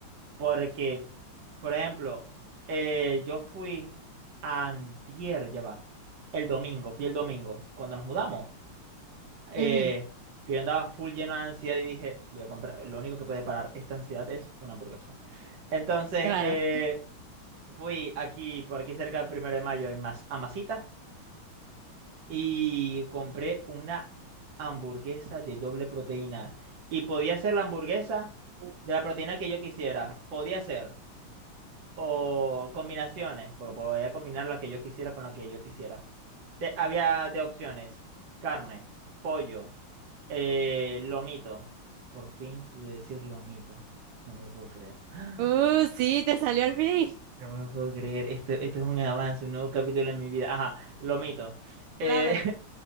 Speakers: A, on the right; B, on the right.
A: Porque, por ejemplo, eh, yo fui antier, ya va, el domingo, fui el domingo, cuando nos mudamos, eh,
B: Ujú,
A: que yo andaba full lleno de ansiedad y dije, voy a comprar, lo único que puede parar esta ansiedad es una hamburguesa. Entonces,
B: claro.
A: eh, fui aquí, por aquí cerca del primero de mayo, en Mas, a Masita y compré una hamburguesa de doble proteína. Y podía ser la hamburguesa
B: Uh,
A: de la proteína que yo quisiera. Podía ser. O combinaciones, porque podía combinar la que yo quisiera con la que yo quisiera. Te- había de opciones. Carne, pollo, eh, lomito. Por fin pude decir lomito. No me lo puedo creer. <gasps>
B: Uh, sí, te salió al fin.
A: No me lo puedo creer. Esto, esto es un avance, un nuevo capítulo en mi vida. Ajá, lomito. Eh,
B: claro.